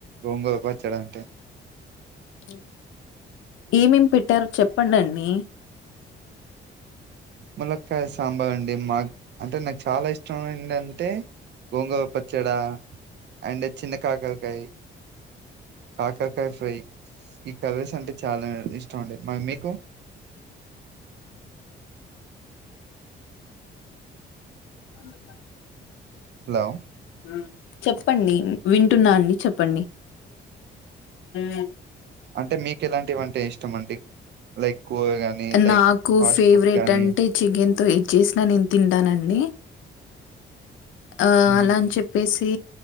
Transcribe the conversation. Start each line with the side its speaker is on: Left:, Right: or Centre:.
Right: గోంగూర పచ్చడ అంటే
Left: హ ఏమేం పెట్టరో చెప్పండం డీ
Right: ములక్కాయ సాంబార్ అండి మాక్ అంటే నాక్ చాలా ఇష్టం ఏంటంటే గోంగూర పచ్చడ అండ్ చిన్న కాకరకాయ్ కాకరకాయ ఫ్రై ఈ కర్రీస్ అంటే చాలా ఇష్ మందు మరి మీకు
Left: మ అద
Right: హలో
Left: హ్ చెప్పండి వింటున్నాన్ అని చెప్పండి. మ్
Right: అంటే మీకేలాంటివంటే ఇష్టం అండి లైక్ కూర గాని లైక్
Left: నాకు
Right: ఫాస్ట్
Left: ఫేవరెట్
Right: ఫుడ్ గానీ
Left: అంటే చికెన్తో ఏద్ చేసినా నేన్ తింటానండి. ఆ
Right: మ్మ్
Left: అలా అన్ చెప్పేసి